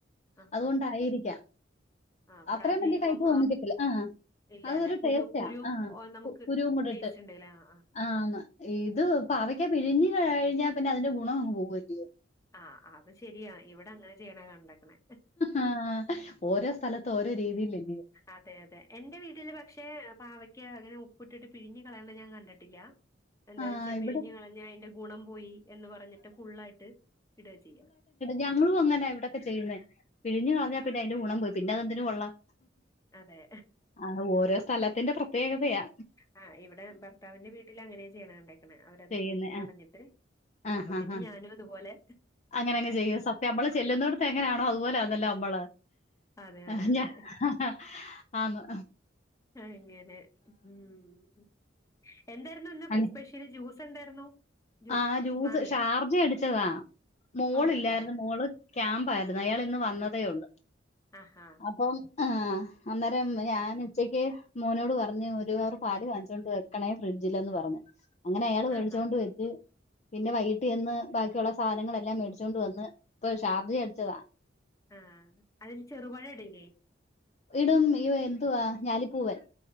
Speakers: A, on the left (about 15°); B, on the left (about 35°).
A: ആഹ്
B: അതുകൊണ്ടായിരക്കാം.
A: ആഹ് ആഹ്
B: അത്രയും
A: ഫ്രൈ
B: വലിയ
A: ചെയ്യുമ്പം
B: കൈപ്പ് തോന്നിക്കത്തില്ല ആ
A: ഇല്ല
B: അതൊരു
A: അല്ലെ കുരു
B: ടേസ്റ്റാ
A: കുരും
B: ആ
A: ഓഹ് നമുക്ക്
B: കുരുവും കൂടിട്ട്
A: ടേസ്റ്റ് ഉണ്ട്ല്ലേ ആഹ്
B: ആന്ന് ഇത് പാവയ്ക്ക പിഴിഞ്ഞ്
A: ആഹ്.
B: കഴിഞ്ഞാ പിന്നെ അതിന്റെ ഗുണം അങ്ങ് പോകുവല്ലോ.
A: ആഹ അത് ശരിയാ ഇവിടെ അങ്ങനെ ചെയ്യണ കണ്ടക്കണെ.
B: ആ ഓരോ സ്ഥലത്ത് ഓരോ രീതിയിലല്ലോയോ ചെയ്യ.
A: അതെ അതെ എന്റെ വീട്ടില് പക്ഷെ പാവക്ക് അങ്ങനെ ഉപ്പിട്ടിട്ട് പിഴഞ്ഞു കളയണെ ഞാൻ കണ്ടിട്ടില്ല. എന്താ
B: ആ
A: വെച്ചാ
B: ഇവിടെ
A: പിഴിഞ്ഞ് കളഞാ അയ്ന്റെ ഗുണം പോയി എന്ന് പറഞ്ഞിട്ട് ഫുള്ളായിട്ട് ഇടാ ചെയ്യാ.
B: ഞങ്ങള് അങ്ങാനാവിടൊക്കെ ചെയ്യുന്നേ, പിഴിഞ്ഞ്
A: ആഹ്
B: കളഞ്ഞാ പിന്നെ അയ്ന്റെ ഗുണം പോയി പിന്നെ അതെന്തിനും കൊള്ളാം.
A: അതെ.
B: അ ഓരോ സ്ഥലത്തിന്റെ പ്രത്യേകതയാ.
A: ആ് ഇവിടെ ഭർത്താവിന്റെ വീട്ടിൽ അങ്ങനെയ ചെയ്യണ കണ്ടേക്കെണെ അവരത്
B: ചെയ്യുന്നേ.
A: പിഴിഞ്ഞു കളഞ്ഞിട്ട്,
B: ആ.
A: അപ്പ
B: ആ.
A: പിന്നെ
B: ആ.
A: ഞാനും അതുപോലെ,
B: അങ്ങനെ അങ് ചെയ്യും. സത്യം നമ്മള് ചെല്ലുന്നടത്തെ എങ്ങനെയാണോ അതുപോലെ ആണല്ലോ നമ്മള്.
A: അതെ
B: ആ
A: അതെ അതെ
B: ഹ ആന്നൊ.
A: അങ്ങനെ ഉം. എന്തേരുന്നു ഇന്ന്
B: അങ്
A: സ്പെഷ്യല് ജ്യൂസ് എന്തായിരുന്നു. ജൂ
B: ആ ജ്യൂസ്
A: മാങ്ങയോ?
B: ഷാർജ അടിച്ചതാ. മോളില്ലായിരുന്നു
A: ഓ! ഓ!
B: മോള് ക്യാമ്പആയിരുന്നു, അയാൾ ഇന്ന് വന്നതേ ഉള്ളൂ.
A: ആഹാ.
B: അപ്പം ആ് അന്നേരം ഞാന് ഉച്ചക്ക് മോനോട് പറഞ്ഞു ഒരു പാല് വാങ്ങിച്ചോണ്ട് വരാൻ വെക്കണേ ഫ്രഡ്ജിൽന്ന് പറഞ്ഞ് അങ്ങനെ അയാൾ മേടിച്ചുകൊണ്ട്
A: ആഹാ!
B: വര പിന്നെ വൈകിട്ടയെന്ന് ബാക്കിയുള്ള സാധനങ്ങളെല്ലാം മേടിച്ചൊണ്ട് വന്ന്. ഇപ്പൊ ഒരു ഷാർജ അടിച്ചതാ.
A: ആഹ അതില് ചെറുപയം ഇടില്ലേ.
B: ഇടും ഇയ്യോ എന്തുവാ, ഞാലിപ്പൂവൻ.